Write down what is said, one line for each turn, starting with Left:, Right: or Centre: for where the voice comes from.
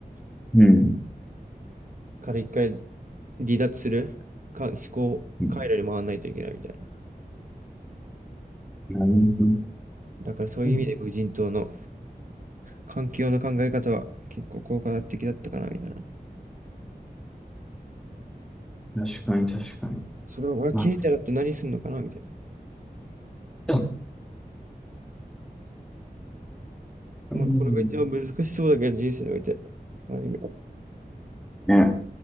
Centre: うん。
Right: から一回離脱するか、思考回路に回らないといけないみたいな。
Centre: うん。なるほ
Right: だからそういう意味で無人島の
Centre: ど
Right: 環境の考え方は結構効果的だったかな、みたいな。
Centre: 確かに確かに。
Right: それを俺聞いたらって何するのかな、
Centre: まあ、
Right: みたいな。
Centre: でもうん
Right: まあ、これが一番難しそうだけど、人生において。まある意味
Centre: ね。